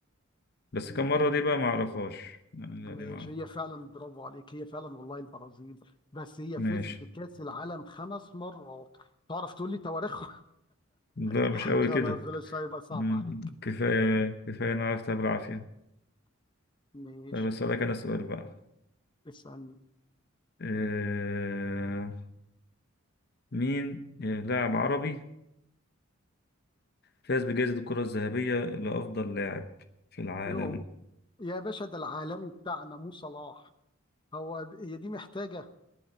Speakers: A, on the left; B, on the left.
A: بس
B: م-
A: كم مرة دي بقى ما أعرفهاش لا
B: ماشي
A: دي ما
B: هي فعلا برافو عليك هي فعلا والله البرازيل بس هي
A: ماشي
B: فازت بكاس العالم خمس مرات تعرف تقول لي تواريخهم
A: لا
B: <laughs>
A: مش قوي
B: خلاص
A: كده
B: بلاش هيبقى صعب
A: مم.
B: عليك
A: كفاية كفاية أنا عرفت بالعافية
B: ماشي
A: طيب أسألك أنا سؤال بقى
B: اسالني
A: آه... مين لاعب عربي فاز بجائزة الكرة الذهبية لأفضل لاعب في العالم
B: يو يا باشا ده العالمي بتاعنا مو صلاح هو هي دي محتاجة